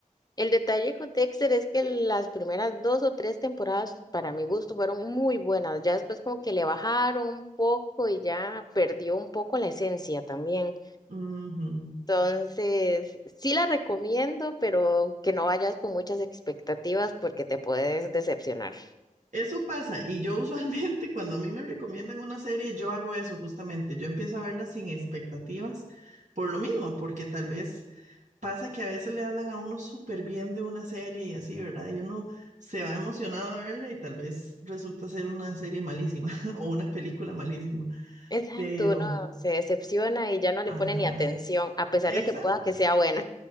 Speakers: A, on the left; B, on the right.
A: El detalle con Dexter es que las primeras dos o tres temporadas, para mi gusto, fueron muy buenas. Ya después como que le bajaron un poco y ya perdió un poco la esencia también.
B: Ujú.
A: Entonces, sí la recomiendo, pero que no vayas con muchas expectativas porque te puedes decepcionar.
B: Eso pasa, y yo usualmente <laughs> cuando a mí me recomiendan una serie, yo hago eso justamente, yo empiezo a verla sin expectativas, por lo mismo, porque tal vez pasa que a veces le hablan a uno súper bien de una serie y así, ¿verdad? Y uno se va emocionado a verla y tal vez resulta ser una serie malísima <laughs> o una película malísima,
A: Exacto,
B: pero,
A: uno se decepciona y ya no
B: ajá,
A: le pone ni atención, a pesar
B: exacto,
A: de que pueda que sea buena.